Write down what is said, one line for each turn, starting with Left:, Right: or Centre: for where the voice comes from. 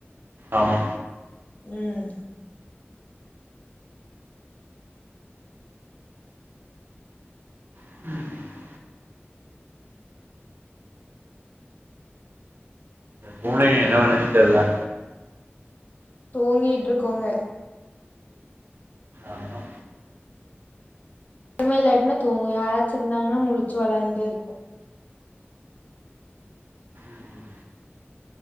Right: ஆமா
Left: ம்
Right: ம் பூன என்ன வெலன்னு தெர்ல
Left: தூங்கிட்டுருக்கோங்க
Right: ஆமா
Left: ஒண்ணுமே இல்லட்னா தூங்கும் யாராச்ச இருந்தாங்கன்னா முழுச்சு வளான்ட்டு இருக்கு
Right: ம்